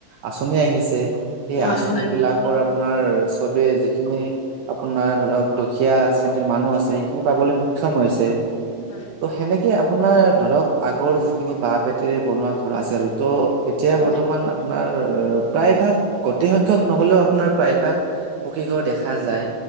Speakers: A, on the right; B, on the left.
A: আচনি আহিছে সেই
B: হয়
A: আঁচনী
B: হয়
A: বিলাকৰ আপোনাৰ চবেই যিখিনি আপোনাৰ ধৰক দুখীয়া শ্ৰেণীৰ মানুহ আছে। খিনি পাবলৈ সক্ষম হৈছে।
B: হয়
A: এনেকে আপোনাৰ ধৰক আগৰ যিখিনি বাহ বেতেৰে বনোৱা ঘৰ আছিল ত' এতিয়া
B: হয়
A: বৰ্তমান আপোন- আপোনাৰ প্ৰায়ভাগ গোটেই সংখ্যক নহলেও আপোনাৰ প্ৰায়ভাগ পকীঘৰ, দেখা যায়।